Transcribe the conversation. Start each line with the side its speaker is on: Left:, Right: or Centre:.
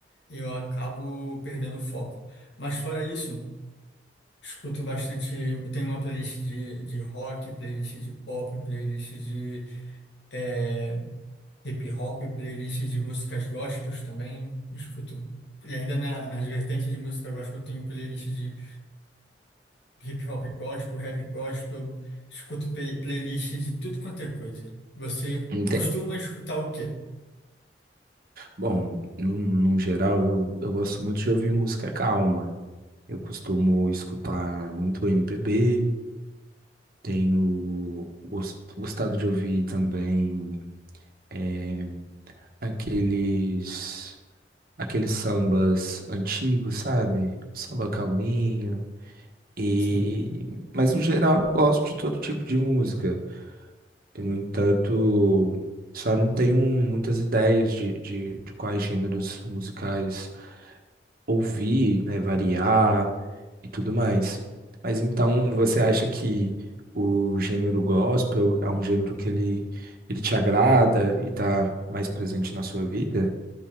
Left: eu acabo perdendo o foco. Mas fora isso, Escuto bastante, tenho uma playlist de, de rock, playlist de pop, playlist de eh, hip hop, playlist de músicas gospels também. Escuto, e ainda na, nas vertentes de música gospel, eu tenho playlist de hip hop gospel, rap gospel, escuto play, playlist de tudo quanto é coisa. Você
Right: ente-
Left: costuma escutar o quê?
Right: Bom, num, num geral, eu, eu gosto muito de ouvir música calma. Eu costumo escutar muito MPB, tenho gos- gostado de ouvir também eh, aqueles, aqueles sambas antigos, sabe? Samba calminho. E,
Left: Sim.
Right: mas no geral, eu gosto de todo tipo de música. E, no entanto, só não tenho muitas ideias de, de, de quais gêneros musicais ouvir, né, variar e tudo mais. Mas então, você acha que o gênero gospel é um gênero que ele, ele te agrada e está mais presente na sua vida?